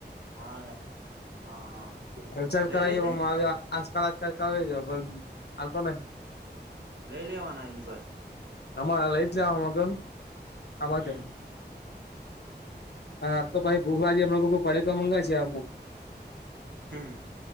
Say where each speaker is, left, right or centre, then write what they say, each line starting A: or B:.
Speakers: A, on the right (about 90°); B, on the left (about 70°).
A: હા રા હા હા.
B: રીચાર્જ
A: લઈ
B: કરાઈ
A: લે
B: ગયો
A: તે
B: પણ મા આજકાલ કરેજ પણ હાલતો નહી.
A: લઈ લેવાના એની પાસે.
B: આમાં લેજ લેવા મગન આમાં
A: હમ
B: જ. હા આજ તો ભાઈ બહુ આજી એમના લોકો પડેકું મંગા છે આમો.
A: હમ